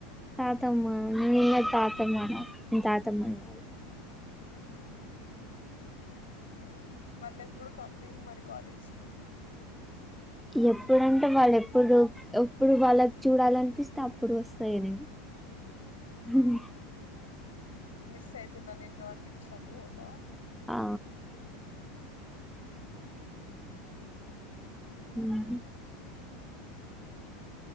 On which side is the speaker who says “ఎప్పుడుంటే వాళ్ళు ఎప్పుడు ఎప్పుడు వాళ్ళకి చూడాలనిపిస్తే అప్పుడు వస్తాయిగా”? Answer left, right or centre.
Centre